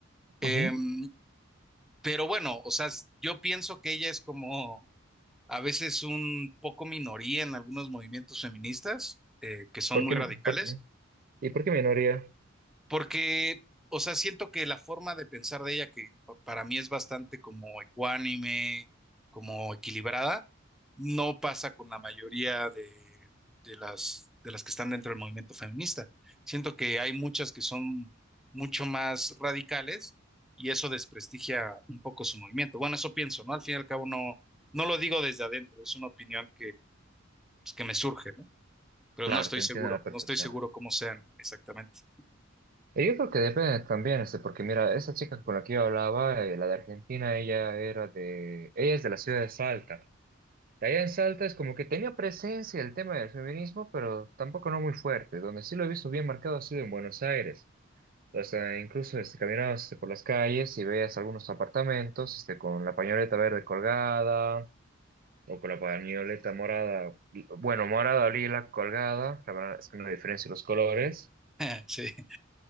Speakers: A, in the centre; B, on the right.
A: Em,
B: ujú.
A: pero bueno, o sea, yo pienso que ella es como a veces un poco minoría en algunos movimientos feministas eh, que son
B: ¿Por
A: muy
B: qué,
A: radicales,
B: por- ¿y por qué minoría?
A: porque, o sea, siento que la forma de pensar de ella, que pa- para mí es bastante como ecuánime, como equilibrada, no pasa con la mayoría de, de las, de las que están dentro del movimiento feminista. Siento que hay muchas que son mucho más radicales y eso desprestigia un poco su movimiento. Bueno, eso pienso, ¿no? Al fin y al cabo no, no lo digo desde adentro, es una opinión pues, que me surge, ¿no? Pero
B: Claro,
A: no estoy
B: te
A: seguro,
B: entiendo a la perfección.
A: no estoy seguro cómo sean exactamente.
B: Y Yo creo que depende también, este, porque mira, esa chica con la que yo hablaba, eh, la de Argentina, ella era de, ella es de la ciudad de Salta. De allá en Salta es como que tenía presencia el tema del feminismo, pero tampoco no muy fuerte. Donde sí lo he visto bien marcado ha sido en Buenos Aires. O sea, incluso este, caminabas este, por las calles y veías algunos apartamentos este, con la pañoleta verde colgada o con la pañoleta morada, bueno, morada o lila colgada, la verdad es que no hay diferencia los colores.
A: <laughs> Sí.